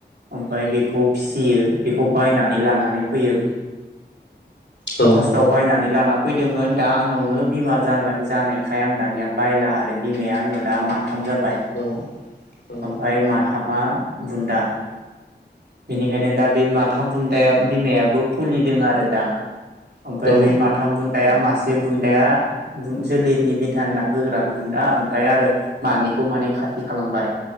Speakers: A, on the right; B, on the left.
A: ओमफ्राय बेखौ फिसियो बेखौ बायनानै लानानै फैयो।
B: औ
A: फार्स्टआव बायना नै लाना फैदोंमोन दा आंनियावनो बिमा जा-जानायखाय आं दानिया बायला आरो बिमाया आंनियाव दा माथाम जाबाय।
B: औ औ
A: ओमफाय माथाम आ बुन्दा बेनिखायनो दा बे माथाम बुन्दाया बिमायाबो फुलिदों आरो दा। ओमफाय
B: औ
A: बे माथाम बुन दाया मासे बुन्दाया बुन जोलैनि बिधान ला होग्रा बुन्दा ओमफाय आरो मानैखौ माने खासि खालामबाय।